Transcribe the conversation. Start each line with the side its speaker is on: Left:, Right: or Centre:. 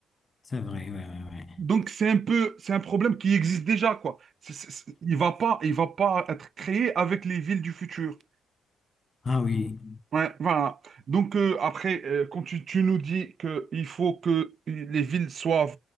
Left: C'est vrai, ouais, ouais, ouais.
Right: Donc c'est un peu, c'est un problème qui existe déjà, quoi. C'est- c'est- c'est- il va pas, il va pas être créé avec les villes du futur.
Left: Ah oui,
Right: Ouais, voilà. Donc euh, après, euh, quand tu, tu nous dis qu'il faut que les villes soient